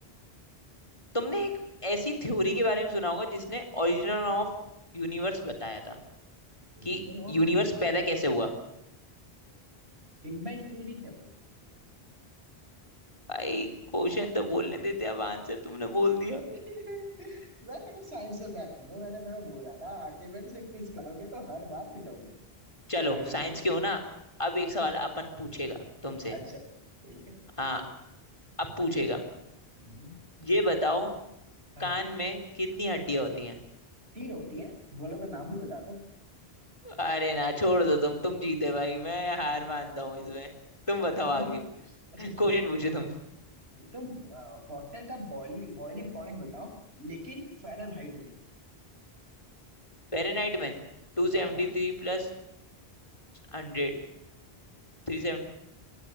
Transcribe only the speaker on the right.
Origin
of universe
big bang theory थे वो
<laughs> मैं तुम्हें साइंस से बैक करूँ मैंने तुम्हें बोला था आके मेरे से क्विज करोगे तो हर बार पिटोगे
कोई ना
कोई ना
हाँ,
अच्छा ठीक है
हम्म,
हाँ
हाँ
तीन होती है बोलो तो नाम भी बता दो
<laughs> अच्छा
ठीक है
एकदम वाटर का बॉइलिंग बॉइलिंग पॉइंट बताओ लेकिन फ़ारेनहाइट में
हाँ
हाँ